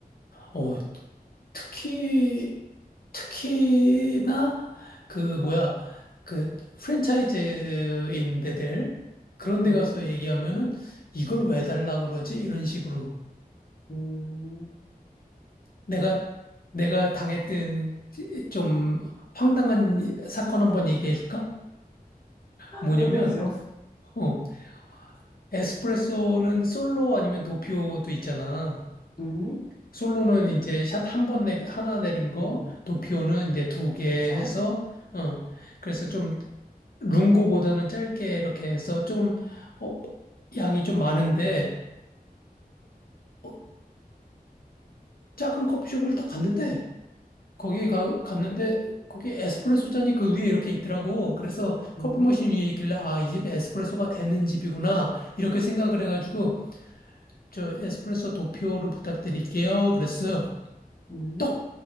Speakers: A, on the left (about 65°); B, on the left (about 30°).
A: 어, 특히, 특히나 그 뭐야, 그 프랜차이즈인 데들 그런 데
B: 음,
A: 가서 얘기하면은 이걸 왜 달라 그러지? 이런 식으로
B: 음,
A: 내가 내가 당했던 좀 황당한 사건 한번 얘기해 줄까?
B: <laughs>
A: 뭐냐면
B: 얘기해줘.
A: 어, 에스프레소는 솔로 아니면 도피오도 있잖아.
B: 음,
A: 솔로는 이제 샷 한 번 내 하나 내린 거,
B: 음,
A: 도피오는 이제 두개 해서,
B: 두 잔.
A: 어, 그래서 좀 룽고보다는 짧게 이렇게 해서 좀, 어, 양이 좀 많은데, 어, 작은 커피숍을 딱 갔는데, 거기에 가, 갔는데, 거기 에스프레소 잔이 그 위에 이렇게 있더라고. 그래서 커피
B: 음,
A: 머신 위에 있길래, 아, 이 집에 에스프레소가 되는 집이구나. 이렇게 생각을 해가지고, 저 에스프레소 도피오로 부탁드릴게요. 그랬어요.
B: 음.
A: 딱!